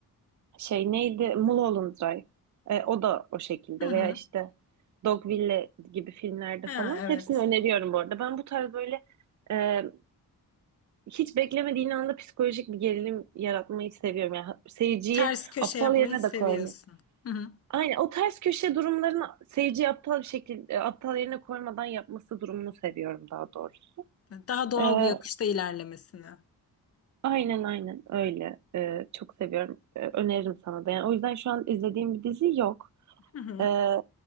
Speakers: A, on the right; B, on the left.
A: şey neydi? Mulholland Drive. E, o da o şekilde
B: Hı hı.
A: veya işte Dogville gibi filmlerde
B: Ha,
A: falan.
B: evet.
A: Hepsini öneriyorum bu arada. Ben bu tarz böyle e, hiç beklemediğin anda psikolojik bir gerilim yaratmayı seviyorum. Yani seyirciyi
B: Ters köşe
A: aptal
B: yapmayı
A: yerine
B: seviyorsun.
A: de koymuyor.
B: Hı hı.
A: Aynen o ters köşe durumlarını seyirciyi aptal bir şekilde aptal yerine koymadan yapması durumunu seviyorum daha doğrusu.
B: Daha doğal
A: Ee,
B: bir akışta ilerlemesini.
A: Aynen aynen öyle. Ee, çok seviyorum. Ee, öneririm sana da. Yani o yüzden şu an izlediğim bir dizi yok.
B: Hı hı.
A: Ee,